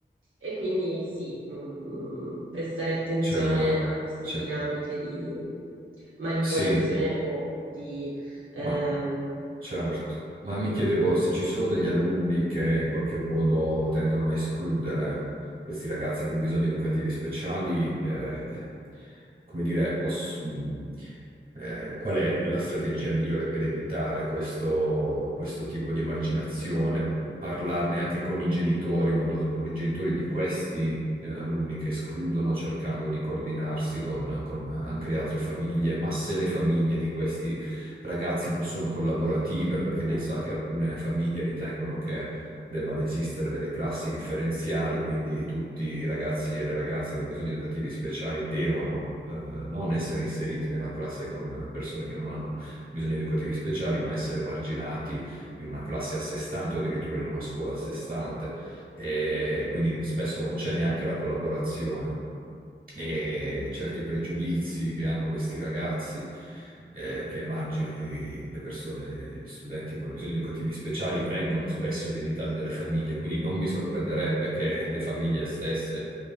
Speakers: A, on the right; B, on the right.
A: E, quindi sì, mh, prestare attenzione
B: C'è una,
A: a queste
B: c'è,
A: dinamiche di manipolazione
B: sì,
A: o di ehm,
B: ma Certo, ma mi chiedevo se ci sono degli alunni che in qualche modo tendono a escludere questi ragazzi con bisogni educativi speciali, eh, come dire, os- mh, eh, qual è la strategia migliore per evitare questo, questo tipo di emarginazione? Parlarne anche con i genitori, in modo, con i genitori di questi, eh, alunni che escludono, cercando di coordinarsi con, con anche le altre famiglie, ma se le famiglie di questi ragazzi non sono collaborative perché lei sa che alcune famiglie ritengono che debbano esistere delle classi differenziali, quindi tutti i ragazzi e le ragazze con bisogni educativi speciali devono eh, non essere inseriti nella classe con persone che non hanno bisogni educativi speciali, ma essere marginati in una classe a sé stante o addirittura in una scuola a sé stante. E quindi spesso non c'è neanche la collaborazione e
A: Mhm,
B: certi pregiudizi che hanno questi ragazzi eh, che emarginano i- le persone, gli studenti con bisogni educativi speciali, vengono spesso ereditati dalle famiglie, quindi non mi sorprenderebbe che le famiglie stesse